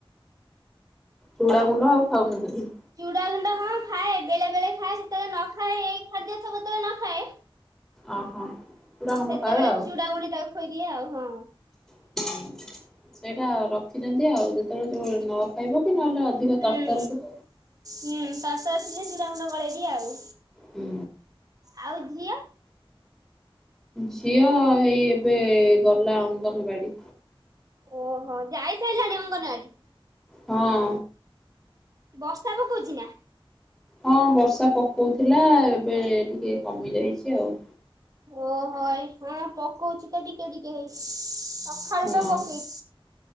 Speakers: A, in the centre; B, on the right (about 40°).
A: ଚୁଡା ଗୁଣ୍ଡ ଆଉ ଖାଉନି ବୋଧେ?
B: ଚୁଡ଼ା ଗୁଣ୍ଡ କଣ ଖାଏ ବେଳେ ବେଳେ ଖାଏ ସେତେବେଳେ ନ ଖାଏ ଏଇ ଖାଦ୍ୟ ସବତେବେଳେ ନ ଖାଏ
A: ଓହୋ। ଚୁଡ଼ା ଗୁଣ୍ଡ
B: ସେତେବେଳେ
A: ଖାଏ ଆଉ
B: ଚୁଡାଗୁଣ୍ଡି ତାକୁ ଖୋଇଦିଏ ଆଉ ହଁ।
A: ହୁଁ। ସେଇଟା ରଖିଛନ୍ତି ଆଉ ଯେତେବେଳେ ଯୋ ନ ଖାଇବ କି ନହେଲେ ଅଧିକ
B: ହୁଁ
A: ତରତର ଥିବ
B: ହୁଁ ସସ ଆସିଲେ ଚୂୁର ମୁଣ୍ଡ କଳେଇବି ଆଉ।
A: ହୁଁ।
B: ଆଉ ଝିଅ?
A: ଝିଅ ହେଇ ଏବେ ଗଲା ଅଙ୍ଗନବାଡି।
B: ଓହୋ ଯାଇସାରିଲାଣି ଅଙ୍ଗନବାଡ଼ି!
A: ହଁ।
B: ବର୍ଷା ପକଉଛି ନା?
A: ହଁ ବର୍ଷା ପକଉଥିଲା ଏବେ ଟିକେ କମି ଯାଇଛି ଆଉ।
B: ଓ ହ ହଁ ପକଉଛି ତ ଟିକେ ଟିକେ ହେଇ। ସକାଳୁ
A: ହଁ
B: ତ ପକେଇଛି